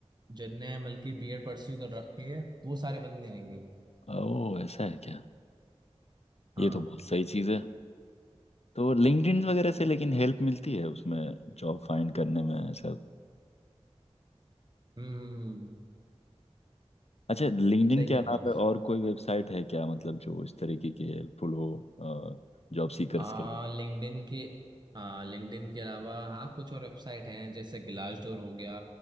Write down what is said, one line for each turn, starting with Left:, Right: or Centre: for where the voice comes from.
Right: जिनने बल्कि बीएड परस्यू कर रखी है वो सारे बंदे आएंगे
Left: ओह ऐसा है क्या
Right: हाँ
Left: ये तो बहुत सही चीज़ है तो लिंक्डइन वगैरह से लेकिन हेल्प मिलती है उसमें जॉब फाइंड करने में ऐसा
Right: हम्म हम्म हम्म,
Left: अच्छा लिंक्डइन
Right: सही
Left: के
Right: कह
Left: अलावा
Right: रहे हो आप
Left: और कोई वेबसाइट है क्या मतलब जो इस तरीके की हेल्पफुल हो जॉब सीकर्स
Right: आ
Left: के लिए
Right: लिंक्डइन के आ लिंक्डइन के अलावा हाँ कुछ और वेबसाइट हैं जैसे ग्लासडोर हो गया